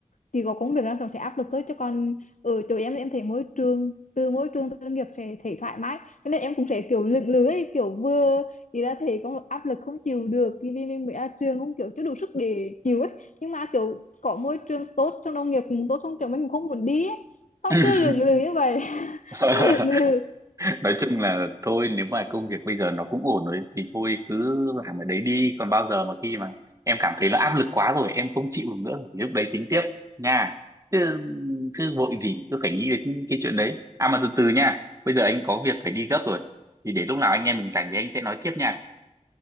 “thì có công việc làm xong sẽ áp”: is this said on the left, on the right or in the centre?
Left